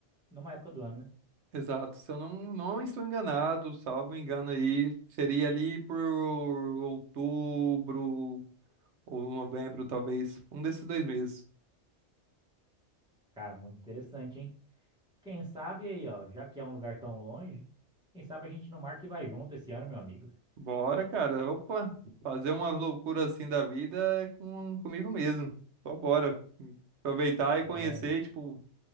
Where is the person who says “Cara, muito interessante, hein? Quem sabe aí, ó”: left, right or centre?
Centre